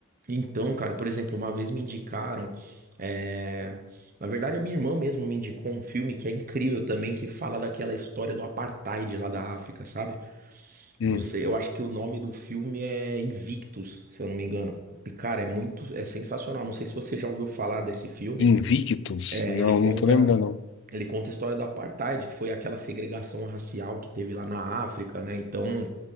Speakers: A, on the right; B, on the left.
A: Então, cara, por exemplo, uma vez me indicaram. é, Na verdade, a minha irmã mesmo me indicou um filme que é incrível também, que fala daquela história do apartheid lá da África, sabe?
B: Hum.
A: Não sei, eu acho que o nome do filme é Invictus, se eu não me engano. E, cara, é muito, é sensacional. Não sei se você já ouviu falar desse filme.
B: Invictus?
A: É,
B: Não,
A: ele conta,
B: não tô lembrando,
A: ele conta a história do apartheid, que foi aquela segregação racial que teve lá na África, né? Então,